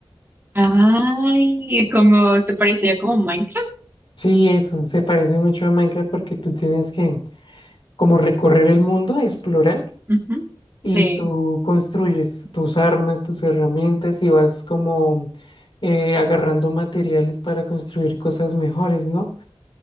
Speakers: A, on the right; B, on the left.
A: Ay, como se parecía como Minecraft.
B: Sí, eso, se parece mucho a Minecraft porque tú tienes que como recorrer el mundo, explorar,
A: Ujú.
B: y
A: Sí,
B: tú construyes tus armas, tus herramientas y vas como eh, agarrando materiales para construir cosas mejores, ¿no?